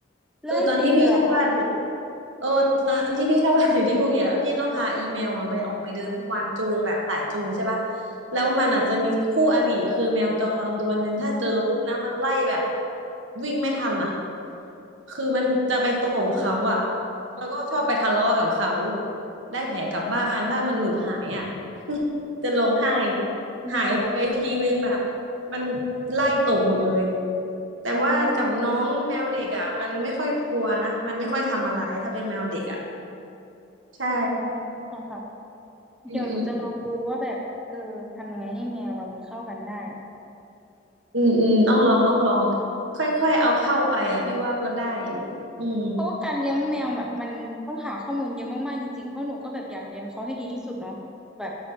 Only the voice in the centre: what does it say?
ไล่ตีเลยเหรือคะ
อืม
แย่ละ
อืม
อ๋อค่ะค่ะ
เดี๋ยวหนูจะลองดูว่าแบบเออทำยังไงให้แมวเรามันเข้ากันได้
เพราะว่าการเลี้ยงแมวแบบมันต้องหาข้อมูลเยอะมากๆจริงๆ เพราะหนูก็แบบอยากเลี้ยงเขาให้ดีที่สุดเนาะแบบ